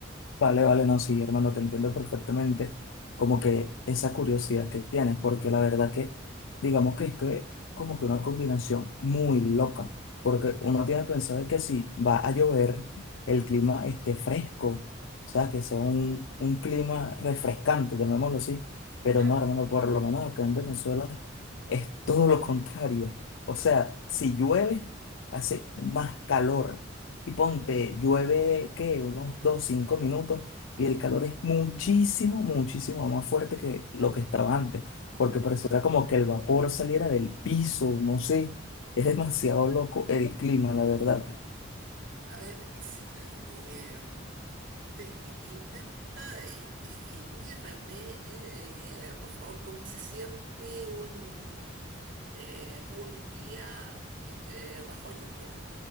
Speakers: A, on the left; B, on the right.
A: Vale, vale, no, sí, hermano, te entiendo perfectamente. Como que esa curiosidad que tienes, porque la verdad que, digamos que es que como que una combinación muy loca, porque uno tiene pensado que si va a llover, el clima esté fresco, o sea, que sea un, un clima refrescante, llamémoslo así, pero
B: Claro.
A: no, hermano, por lo menos acá en Venezuela es todo lo contrario. O sea, si llueve, hace más calor. Y ponte, llueve, ¿qué? Unos 2 5 minutos y el calor es muchísimo, muchísimo más fuerte que lo que estaba antes, porque
B: Vale.
A: pareciera como que el vapor saliera del piso, no sé, es demasiado loco el clima, la verdad.
B: A ver, y si- eh, em, Te- i- intenta eh, definirme, eh, eh, por favor, cómo se siente un, eh, un día eh, eh, bajo lluvia.